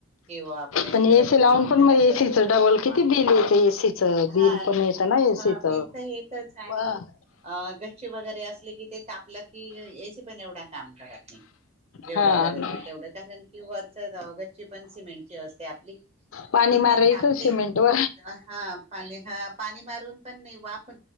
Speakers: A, on the right (about 30°); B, on the left (about 65°).
A: किंवा आपण एसी
B: पण
A: वगैरे. लावुन
B: लावून पण
A: घरात
B: मग एसीचं
A: बसु शकतो
B: डबल किती
A: मग
B: बिल येतं एसीचं बिल
A: हा
B: पण येतं ना एसीचं.
A: हा बिल तर येईल. तेच आणि
B: मग
A: अ गच्ची वगैरे अस. की जे ते तापलं की ए एसि पण एवढा काम करत नाही जेवढ
B: हा
A: गरज हे तेवढ कारण. कि वरच गांव गच्ची पण सिमेंटची असते आपली.
B: पाणी
A: ती
B: मारायचं
A: पण तापते
B: सिमेंटवर
A: हा पाणी ह पाणी मारून पण नाही वाफ-